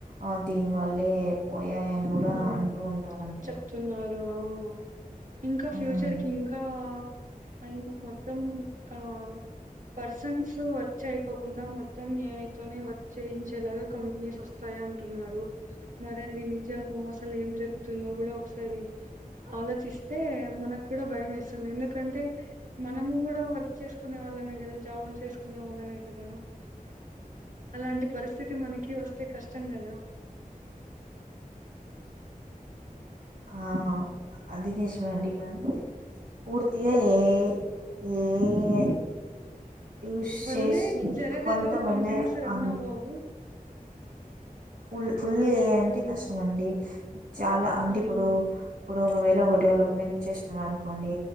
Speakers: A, on the right (about 80°); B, on the right (about 65°).
A: ఆ దీని వల్లే ఉ అని కూడా
B: ఉమ్
A: అంటూ ఉంటారండి
B: చెప్తున్నారు అవును. ఇంకా ఫ్యూచర్
A: ఉమ్,
B: కి ఇంకా అం మొత్తం ఆ పర్సన్స్ వర్క్ చేయకోకుండా మొత్తం ఏఐతోనే వర్క్ చేయించేలాగా కంపెనీస్ వస్తాయ అంటున్నారు మరి అదిీ జామో అసలు ఏం జరుగుతుందో కూడా ఒకసారి ఆలోచిస్తే మనకు కూడా భయం వేస్తుంది ఎందుకంటే మనము కూడా వర్క్ చేసుకునే వాళ్ళమే కదా జాబులు చేసుకునే వాళ్ళమే కదా అలాంటి పరిస్థితి మనకి కి వస్తే కష్టం కదా
A: ఆ అదీ నిజమే అండి కానీ పూర్తిగా ఏఐ ఏఐ యూస్
B: వల్లే
A: చేసి
B: జరగదు
A: కొంతమంది
B: కంపెనీస్ రన్
A: అ
B: అవ్వవు.
A: ఫుల్ ఫుల్ ఏ ఐ అంటె
B: హ్మ్.
A: కష్టమండి చాలా అంటే
B: హ్మ్.
A: ఇప్పుడు ఇప్పుడు ఒకవేళ ఒక డెవలప్మెంట్ చేస్తున్నారు అనుకోండి